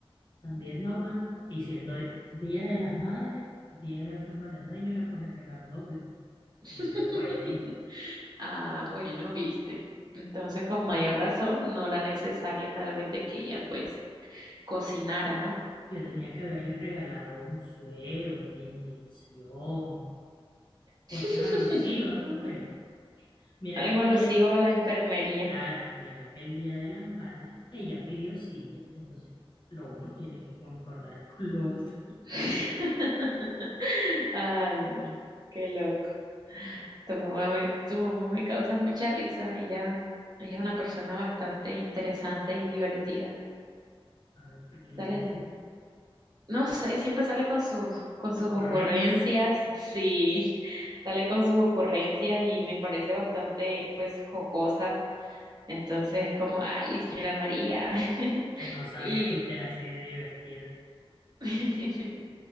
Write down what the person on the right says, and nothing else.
<laughs>
Ah, bueno, viste. Entonces, con mayor razón, no era necesario tal vez de que ella pues cocinara, ¿no?
<laughs>
Algo
alusivo
a la enfermería.
<laughs> Ay, no, qué loco. Tu mamá me, tu mamá me causa mucha risa. Ella, ella es una persona bastante interesante y divertida.
Sale,
no sé, siempre sale con sus, con sus
ocurrencias. <laughs> Sí, sale con sus ocurrencias y me parece bastante, pues, jocosa Entonces, como, ay, señora María. <laughs>
Y
<laughs>